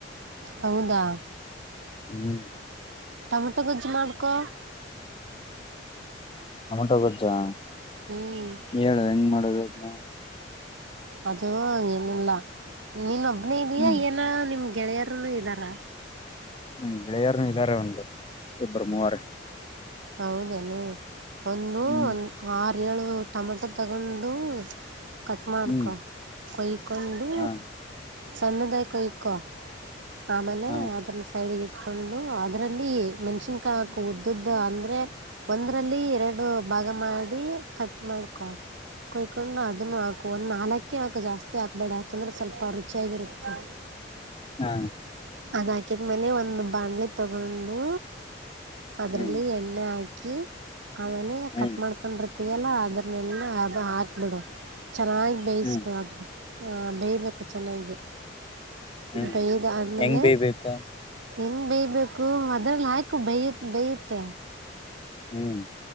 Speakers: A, on the right (about 75°); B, on the left (about 30°).
A: ಹೌದಾ
B: ಹ್ಮ್
A: ಟೊಮಟೊ ಗೊಜ್ಜು ಮಾಡ್ಕೊ.
B: ಟಮಟೊ ಗೋಜಾ
A: ಹ್ಮ್
B: ಹೇಳು ಹೆಂಗ್ ಮಾಡೋದು ಅದ್ನ
A: ಅದು ಏನಿಲ್ಲ ನೀನೊಬ್ನೇ ಇದಿಯಾ
B: ಹ್ಮ್
A: ಏನಾ ನಿಮ್ ಗೆಳೆಯರನು ಇದ್ದಾರ.
B: ನಮ್ ಗೆಳೆಯರನು ಇದ್ದಾರೆ ಒಂದ್ ಇಬ್ಬರು ಮೂವರ್
A: ಹೌದೇನು ಒಂದು
B: ಹ್ಮ್
A: ಒಂದು ಆರು ಏಳು ಟೊಮೆಟೊ ತಗೊಂಡು ಕಟ್ ಮಾಡ್ಕೊ
B: ಹ್ಮ್
A: ಕೊಯ್ಕೊಂಡು
B: ಹಾ
A: ಸಣ್ಣದಾಗಿ ಕೊಯ್ಕೊ ಆಮೇಲೆ
B: ಹಾ
A: ಅದನ್ನ ಸೈಡ್ಗೆ ಇಟ್ಕೊಂಡು ಅದರಲ್ಲಿ ಮೆಣಿಸನಕಾಯಿ ಹಾಕೊ ಉದ್ದುದ್ದ್ ಅಂದ್ರೆ ಒಂದ್ರಲ್ಲಿ ಎರಡು ಭಾಗ ಮಾಡಿ ಕಟ್ ಮಾಡ್ಕೊ ಕೊಯಕೊಂಡು ಅದನ್ನು ಹಾಕು ಒಂದು ನಾಲ್ಕೇ ಹಾಕು ಜಾಸ್ತಿ ಹಾಕ್ಬೇಡ ಯಾಕಂದ್ರೆ ಸ್ವಲ್ಪ ರುಚಿಯಾಗಿರುತ್ತೆ.
B: ಹಾ
A: ಅದ್ ಹಾಕಿದ್ಮೇಲೆ ಒಂದು ಬಾಂಡ್ಲಿ ತಗೊಂಡು ಅದ್ರಲ್ಲಿ
B: ಹ್ಮ್
A: ಎಣ್ಣೆ ಹಾಕಿ ಆಮೇಲೆ
B: ಹ್ಮ್
A: ಕಟ್ ಮಾಡ್ಕೊಂಡ್ರ್ ಏನೋ ಆಗಿರಲಿಲ್ಲ ಆಯ್ತು ಬಿಡು ಚೆನ್ನಾಗಿ ಬೇಯಸ್ಕು
B: ಹ್ಮ್
A: ಅದ ಹ ಬೇಯಬೇಕು ಚೆನ್ನಾಗಿ
B: ಹ್ಮ್
A: ಬೇಯ್ದ ಆದ್ಮೇಲೆ
B: ಹೆಂಗ್ ಬೇಯ್ಬೇಕು
A: ಹೆಂಗ್ ಬೇಯಬೇಕು ಅದ್ರಲ್ಲಿ ಹಾಯ್ಕು ಬೇಯ್ಯತ್ ಬೇಯುತ್ತೆ
B: ಹ್ಮ್